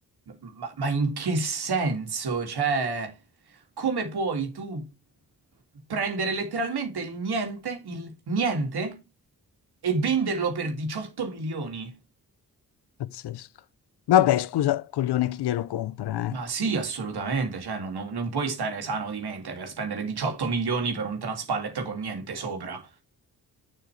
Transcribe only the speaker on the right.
Ma, ma in che senso? Cioè, come puoi tu prendere letteralmente il niente, il niente, e venderlo per 18 milioni?
Ma
sì, assolutamente, cioè, non, non- non puoi stare sano di mente per spendere 18 milioni per un transpallet con niente sopra.